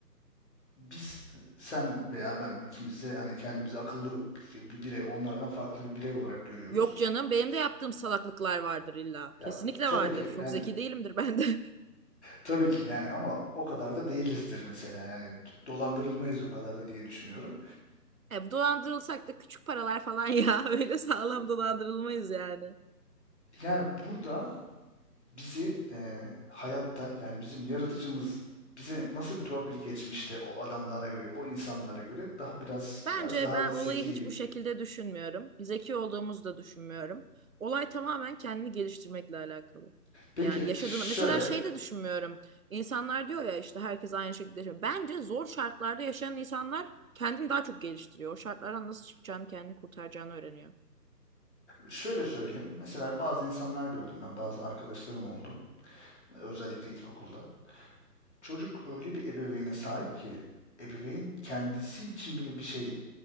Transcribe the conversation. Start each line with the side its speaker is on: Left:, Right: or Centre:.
Left: biz sen veya ben ikimiz de hani kendimizi akıllı bir, bir birey onlardan farklı bir birey olarak görüyoruz.
Right: Yok canım benim de yaptığım salaklıklar vardır illa.
Left: Ya
Right: Kesinlikle
Left: tabii
Right: vardır.
Left: ki
Right: Çok
Left: yani
Right: zeki değilimdir ben de. <laughs>
Left: tabii ki yani ama o kadar da değilizdir mesela. Yani dolandırılmayız o kadar da diye düşünüyorum.
Right: E, dolandırılsak da küçük paralar falan ya. <laughs> Öyle sağlam dolandırılmayız yani.
Left: Yani burada bizi eee, hayatta yani bizim yaratıcımız bize nasıl bir torpil geçmişte o adamlara göre, o insanlara göre daha biraz
Right: Bence
Left: biraz daha
Right: ben
Left: zeki.
Right: olayı hiç bu şekilde düşünmüyorum. Zeki olduğumuzu da düşünmüyorum. Olay tamamen kendini geliştirmekle alakalı.
Left: Peki
Right: Yani yaşadığını
Left: şöyle
Right: mesela şey de düşünmüyorum. İnsanlar diyor ya işte herkes aynı şekilde yaşıyor. Bence zor şartlarda yaşayan insanlar kendini daha çok geliştiriyor. O şartlardan nasıl çıkacağını, kendini kurtaracağını öğreniyor.
Left: şöyle söyleyeyim. Mesela bazı insanlar gördüm ben, bazı arkadaşlarım oldu. Özellikle ilkokulda. Çocuk öyle bir ebeveyne sahip ki ebeveyn kendisi için bile bir şey